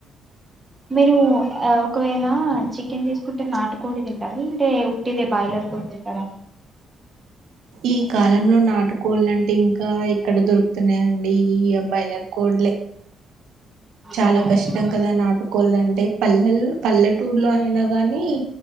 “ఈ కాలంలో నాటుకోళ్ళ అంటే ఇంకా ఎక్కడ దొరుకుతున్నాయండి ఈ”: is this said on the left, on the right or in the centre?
Right